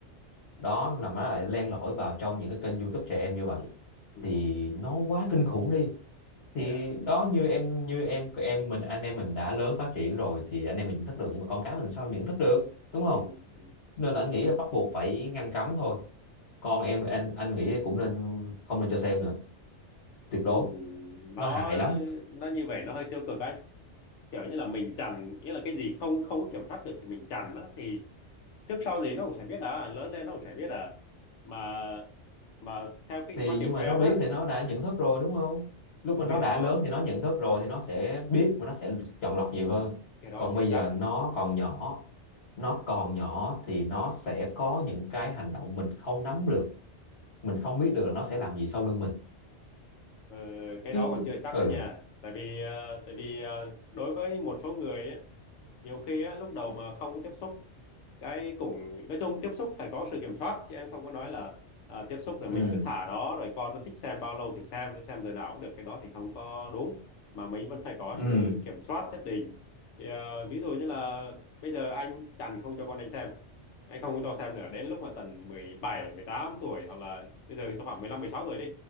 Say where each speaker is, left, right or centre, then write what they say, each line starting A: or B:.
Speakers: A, on the left (about 60°); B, on the left (about 80°).
A: đó là nó lại len lỏi vào trong những cái kênh YouTube trẻ em như vậy
B: ừ
A: thì nó quá kinh khủng đi thì
B: yeah
A: đó như em như em em mình anh em mình đã lớn phát triển rồi thì anh em mình nhận thức được nhưng mà con cái mình làm sao mình nhận thức được đúng không
B: ừ ừ
A: nên là anh nghĩ là bắt buộc phải ngăn cấm thôi con em anh anh nghĩ cũng nên không nên cho xem nữa tuyệt
B: ừ.
A: đối
B: nó
A: nó hại lắm
B: nó như vậy nó hơi tiêu cực anh kiểu như là mình chằn nghĩa là cái gì không không có kiểm soát được thì mình chằn á thì trước sau gì nó cũng sẽ biết à lớn lên nó cũng sẽ biết à mà mà theo cái
A: thì
B: quan điểm
A: nhưng mà
B: của em
A: nó biết
B: á
A: thì nó đã nhận thức rồi đúng không lúc
B: cũng
A: mà nó
B: cái đó
A: đã lớn thì nó nhận thức rồi thì nó sẽ biết và nó sẽ chọn lọc nhiều hơn
B: cái đó
A: còn
B: chưa
A: bây giờ
B: chắc
A: nó còn nhỏ nó còn nhỏ thì nó sẽ có những cái hành động mình không nắm được mình không biết được là nó sẽ làm gì sau lưng mình
B: Ờ, cái
A: chứ
B: đó còn chưa chắc
A: ừ
B: đó nhà, tại vì ờ, tại vì ờ, đối với một số người á, nhiều khi á, lúc đầu mà không có tiếp xúc cái cũng nói chung tiếp xúc phải có sự kiểm soát chứ em không có nói là à, tiếp xúc là
A: ừ
B: mình cứ thả đó rồi con nó thích xem bao lâu thì xem nó xem giờ nào cũng được cái đó thì không có đúng mà mình vẫn phải có
A: ừ
B: sự kiểm soát nhất định thì, à, ví dụ như là bây giờ anh chằn không cho con anh xem anh không có cho xem nữa đến lúc mà tầm mười bảy mười tám tuổi hoặc là bây giờ cho khoảng mười lăm, mười sáu tuổi đi